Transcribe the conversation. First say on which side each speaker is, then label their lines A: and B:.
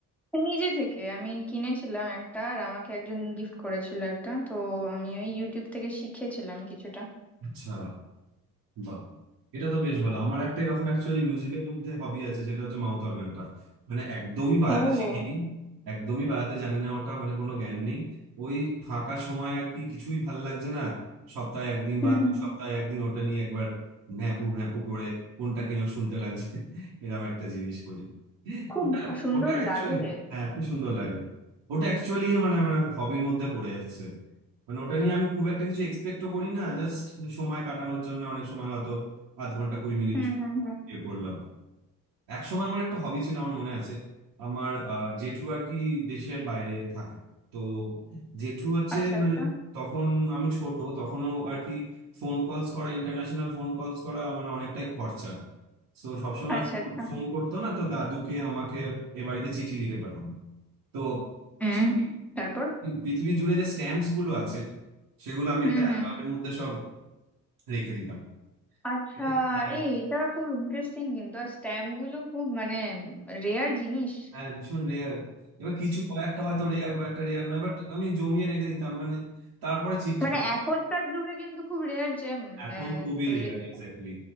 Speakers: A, in the centre; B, on the right.
A: নিজে থেকে আমি কিনেছিলাম একটা আর আমাকে একজন গিফট করেছিল একটা তো আমি ওই ইউটিউব থেকে শিখেছিলাম কিছুটা
B: আচ্ছা বাহ, এটা তো বেশ ভালো আমার একটা এরকম অ্যাকচুয়ালি মিউজিকের মধ্যে হবি আছে সেটা হচ্ছে মাউথ অর্গানটা মানে একদমই বাজাতে
A: ও
B: শিখিনি একদমই বাজাতে জানি না ওটা মানে কোনো জ্ঞান নেই ওই ফাঁকা সময় আর কি কিছুই ভাল লাগছে না সপ্তাহে একদিন
A: হুম
B: বা দু
A: হুম
B: সপ্তাহে একদিন ওটা নিয়ে একবার ভ্যাঁপু ভ্যাঁপু করে কোনটা কিনা শুনতে লাগছে <laughs> এরকম একটা জিনিস করি
A: খুব
B: ওটা
A: ভা- সুন্দর
B: ওটা অ্যাকচুয়ালি
A: লাগে
B: হ্যাঁ খুব সুন্দর লাগে ওটা অ্যাকচুয়ালি মানে আমার হবির মধ্যে পড়ে যাচ্ছে মানে ওটা নিয়ে আমি খুব একটা কিছু এক্সপেক্টও করি না জাস্ট সময় কাটানোর জন্য অনেক সময় হয়তো আধ ঘন্টা কুড়ি মিনিট
A: হুম হুম হুম
B: ইয়ে করলাম এক সময় আমার একটা হবি ছিল আমার মনে আছে আমার আহ, জেঠু আর কি দেশের বাইরে থাকে তো জেঠু হচ্ছে
A: আচ্ছা
B: মানে
A: আচ্ছা
B: তখন আমি ছোট তখনও আর কি ফোন কলস করা ইন্টারন্যাশনাল ফোন কলস করা মানে অনেকটাই খরচা তো সবসময়
A: আচ্ছা আচ্ছা
B: ফোন করতো না তো দাদুকে আমাকে এ বাড়িতে চিঠি লিখে পাঠানো তো
A: হুম
B: সে-
A: তারপর
B: পৃথিবী জুড়ে যে স্ট্যাম্পস গুলো আছে সেগুলো আমি
A: হুম
B: একটা অ্যালবামের
A: হুম
B: মধ্যে সব রেখে দিতাম
A: আচ্ছা
B: মানে, হ্যাঁ
A: এই এটা খুব ইন্টারেস্টিং কিন্তু আর স্ট্যাম্প গুলো খুব মানে রেয়ার জিনিস
B: হ্যাঁ ভীষণ রেয়ার এবার কিছু কয়েকটা হয়তো রেয়ার কয়েকটা রেয়ার নয় বাট আমি জমিয়ে রেখে দিতাম মানে তারপরে চিঠি
A: মানে
B: মানে
A: এখনকার যুগে কিন্তু খুব রেয়ার যে উম,
B: এখন
A: আহ,
B: খুবই
A: তুমি
B: রেয়ার
A: যদি
B: এক্স্যাক্টলি